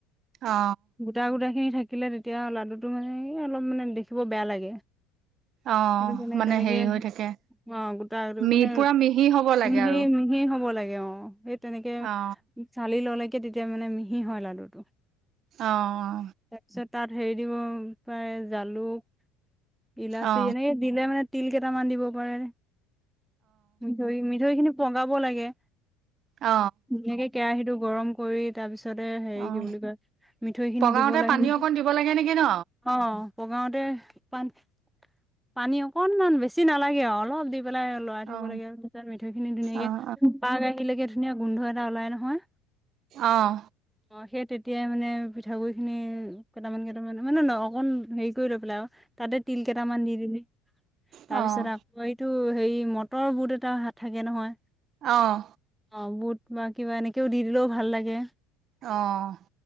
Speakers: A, on the right (about 50°); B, in the centre.
A: অ
B: গোটা গোটা খিনি থাক থাকিলে তেতিয়া লাডুটো মানে অলপ মানে দেখিব বেয়া লাগে।
A: অ',
B: সেইটো তেনে
A: মানে
B: তেনেকে
A: হেৰি হৈ থাকে।
B: অ', গোটাটো
A: মি
B: মানে
A: পুৰা মিহি হ'ব লাগে
B: মিহি,
A: আৰু
B: মিহি হ'ব লাগে অ', সেই তেনেক
A: অ
B: চালি ললেকে তেতিয়া মানে মিহি হয়, লাডুটো।
A: অহ।
B: তাৰপিছত তাত হেৰি দিব পাৰে জালুক, ইলাচি
A: অ
B: এনেকে দিলে মানে তিল কেইটামান দিব পাৰে মিঠৈ মিঠৈ খিনি পগাব লাগে
A: অ
B: ধুনীয়াকে কেৰাহী টো গৰম কৰি তাৰ পিছত তাৰিছতে হেৰি
A: অ অ
B: কি বুলি কয় মিঠৈ খিনি
A: পগাওতে
B: দিব লাগে
A: পানী অকণ দিব লাগে নেকি ন?
B: অ পগাওতে পান পানী অকনমান বেছি নালাগে আৰু অলপ দি পেলাই লৰাই
A: অহ
B: থাক লাগে তিছত মিঠৈ খিনি ধুনাকেোপাখিলে
A: অহ
B: ধুন গোধ ওলাই নহয়
A: অহ
B: অ সেই তেতিয়াই মানে পিঠাগুডৰিি খিনি কেইটামান কেইটামান মানে ন অকন হেৰি কৰি লৈ পেলাই আৰু তাতে তিল কেইটামান দি দিলি তাৰপিছত
A: অহ
B: আকৌ এইটো হেৰি মটৰ বুত এটা হাত থাকে নহয়
A: আহ
B: অ বুট বা কিবা এনেকেও দি দিলেও ভাল লাগে
A: আহ